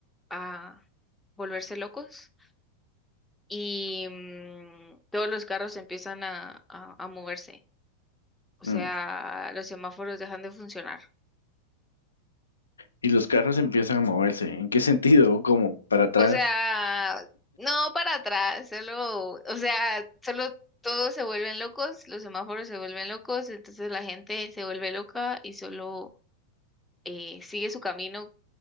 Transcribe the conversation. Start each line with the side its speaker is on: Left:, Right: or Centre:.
Centre: a volverse locos y mm, todos los carros empiezan a, a, a moverse. O sea,
Left: mm.
Centre: los semáforos dejan de funcionar.
Left: Y los carros empiezan a moverse. ¿En qué sentido? ¿Cómo? ¿Para atrás?
Centre: O sea, no para atrás, solo, o sea, solo todos se vuelven locos, los semáforos se vuelven locos, entonces la gente se vuelve loca y solo eh, sigue su camino